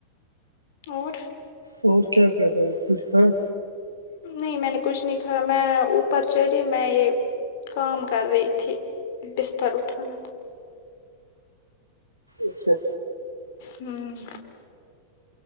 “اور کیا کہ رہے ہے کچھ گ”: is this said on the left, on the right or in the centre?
Right